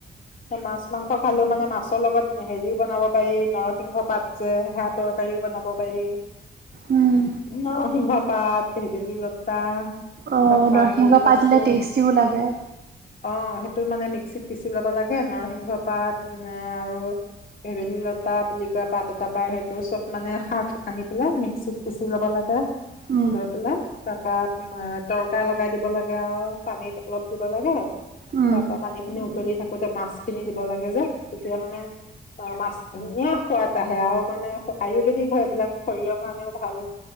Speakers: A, on the left (about 45°); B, on the right (about 55°).
A: মাছ মাংস খালেও মানে মাছৰ লগত। হেৰিও বনাব পাৰি নৰসিংহ পাত যে সেয়া তৰকাৰীও বনাব পাৰি
B: উম,
A: নৰসিংহ পাত ভেদেলী লতা।
B: অ
A: তাৰপা
B: নৰসিংহ
A: আকৌ কচু
B: পাত দিলে টেষ্টিও লাগে।
A: অ সেইটো মানে মিক্সিত পিচি ল'ব লাগে নৰসিংহ পাত আৰু। ভেদেলী লতা বুলি কয় পাত এটা পায় সেইটো চব মানে শাক আনি পেলাই মিক্সিত পিচি লব লাগে
B: উম,
A: লৈ পেলাই তাৰ পৰা তৰকা লগাই দিব লাগে আৰু পানীত অলপ দিব লাগে
B: উম,
A: তাৰ পৰা পানী খিনি উতলি থাকোতে মাছ খিনি দিব লাগে যে তেতিয়া মানে অ মাছ ধুনীয়া সোৱাদ আহে আৰু মানে আয়ুৰ্বেদিক হয় এইবিলাক শৰীৰৰ কাৰণেও ভাল।